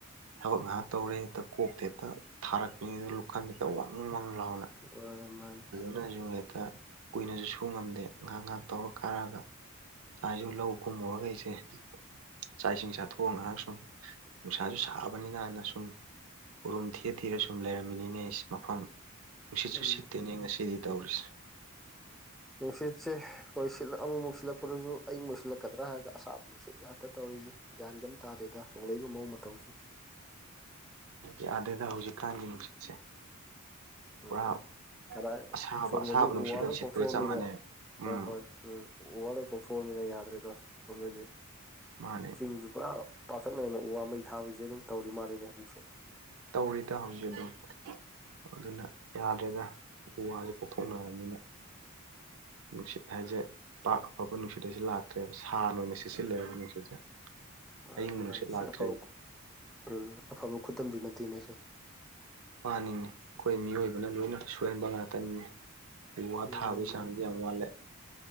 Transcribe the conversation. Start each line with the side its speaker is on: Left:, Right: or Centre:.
Right: ꯊꯕꯛ ꯉꯥꯏꯍꯥꯛ ꯇꯧꯔꯦ ꯍꯦꯛꯇ ꯀꯣꯛꯇ ꯍꯦꯛꯇ ꯊꯥꯔꯛꯄꯅꯦ ꯂꯨꯈꯝꯁꯤꯗ ꯋꯪ ꯋꯪ ꯂꯥꯎꯅ
Centre: ꯃꯥꯅꯦ ꯃꯥꯅꯦ
Right: ꯑꯗꯨꯅꯁꯨ ꯍꯦꯛꯇ ꯀꯨꯏꯅꯁꯨ ꯁꯨ ꯉꯝꯗꯦ ꯉꯥꯏꯍꯥꯛ ꯉꯥꯏꯍꯥꯛ ꯇꯧꯔ ꯀꯥꯔꯒ ꯉꯥꯏꯁꯨ ꯂꯧ ꯀꯨꯝꯃꯨꯔꯒ ꯑꯩꯁꯦ ꯆꯥꯛ ꯏꯁꯤꯡ ꯆꯥꯊꯣꯛꯑꯒ ꯉꯥꯏꯍꯥꯛ ꯁꯨꯝ ꯅꯨꯡꯁꯥꯁꯨ ꯁꯥꯕꯅꯤꯅꯅ ꯁꯨꯝ ꯎꯔꯨꯝ ꯊꯤꯔ ꯊꯤꯔ ꯁꯨꯝ ꯂꯩꯔꯝꯃꯤꯅꯤꯅꯦ ꯑꯩꯁꯦ ꯃꯐꯝ ꯅꯨꯡꯁꯤꯠꯁꯨ
Centre: ꯎꯝ
Right: ꯁꯤꯠꯇꯦꯅꯦ ꯉꯁꯤꯗꯤ ꯇꯧꯔꯤꯁꯦ
Centre: ꯅꯨꯡꯁꯤꯠꯁꯦ ꯍꯣꯏ ꯁꯤꯠꯂ ꯑꯃꯨꯃꯨꯛ ꯁꯤꯜꯂꯛꯄꯗꯁꯨ ꯑꯌꯤꯡꯕ ꯁꯤꯠꯂꯛꯀꯗ꯭ꯔꯥ ꯍꯥꯏꯒ ꯑꯁꯥꯕ ꯅꯨꯡꯁꯤꯠ ꯉꯥꯛꯇ ꯇꯧꯔꯤꯁꯦ ꯒ꯭ꯌꯥꯟꯒ ꯑꯃꯝ ꯇꯥꯗꯦꯗ ꯍꯣꯡꯂꯛꯏꯕ ꯃꯑꯣꯡ ꯃꯇꯧꯁꯦ
Right: ꯌꯥꯗꯦꯗ ꯍꯧꯖꯤꯛꯀꯥꯟꯒꯤ ꯅꯨꯡꯁꯤꯠꯁꯦ ꯄꯨꯔꯥ
Centre: ꯎꯝ ꯀꯗꯥꯏ
Right: ꯑꯁꯥꯕ
Centre: ꯑꯁꯣꯝꯗꯗꯤ
Right: ꯑꯁꯥꯕ ꯅꯨꯡꯁꯤꯠ
Centre: ꯎ ꯋꯥ
Right: ꯑꯣꯏꯅ
Centre: ꯂꯣꯏ
Right: ꯁꯤꯠꯄꯒ
Centre: ꯀꯣꯛꯊꯣꯛꯑꯃꯅꯤꯅ
Right: ꯆꯞ ꯃꯥꯟꯅꯩꯕ ꯎꯝ
Centre: ꯍꯣꯏ ꯍꯣꯏ ꯎꯝ ꯎ ꯋꯥ ꯂꯣꯏ ꯀꯣꯛꯊꯣꯛꯑꯃꯤꯅ ꯌꯥꯗ꯭ꯔꯦꯗꯣ ꯁꯣꯝꯗꯗꯤ
Right: ꯃꯥꯅꯦ
Centre: ꯆꯤꯡꯗꯁꯨ ꯄꯨꯔꯥ ꯄꯥꯛꯇꯛꯅꯅ ꯎ ꯋꯥ ꯃꯩ ꯊꯥꯕꯁꯦ ꯑꯗꯨꯝ ꯇꯧꯔꯤ ꯃꯥꯜꯂꯤꯅꯦ ꯍꯧꯖꯤꯛꯁꯨ
Right: ꯇꯧꯔꯤꯇ ꯍꯧꯖꯤꯛ ꯑꯗꯨꯝ ꯑꯗꯨꯅ ꯌꯥꯗ꯭ꯔꯦꯗ ꯎ ꯋꯥꯁꯦ ꯀꯣꯛꯊꯣꯛꯅꯔꯃꯅꯤꯅ ꯅꯨꯡꯁꯤꯠ ꯍꯥꯏꯁꯦ ꯄꯥꯛ ꯑꯐꯕ ꯅꯨꯡꯁꯤꯠ ꯍꯥꯏꯁꯦ ꯂꯥꯛꯇ꯭ꯔꯦꯕ ꯁꯥꯅ ꯑꯣꯏꯅ ꯁꯤꯠꯂꯃꯤꯅ ꯅꯨꯡꯁꯤꯠꯁꯦ
Centre: ꯃꯥꯅꯤ
Right: ꯑꯌꯤꯡꯕ ꯅꯨꯡꯁꯤꯠ
Centre: ꯃꯥꯅꯤ ꯁꯤ
Right: ꯂꯥꯛꯇ꯭ꯔꯦꯕ
Centre: ꯑꯐꯕ ꯎꯝ ꯑꯐꯕ ꯈꯨꯗꯝꯗꯤ ꯅꯠꯇꯦꯅꯦ ꯁꯦ
Right: ꯃꯥꯅꯤꯅꯦ ꯑꯩꯈꯣꯏ ꯃꯤꯑꯣꯏꯕꯅ ꯂꯣꯏꯅ ꯁꯣꯏꯍꯟꯕ ꯉꯥꯛꯇꯅꯤꯅꯦ ꯎ ꯋꯥ
Centre: ꯃꯥꯅꯤ
Right: ꯊꯥꯕꯩꯆꯥꯡꯗꯤ
Centre: ꯃꯥꯅꯤ
Right: ꯌꯥꯝ ꯋꯥꯠꯂꯦ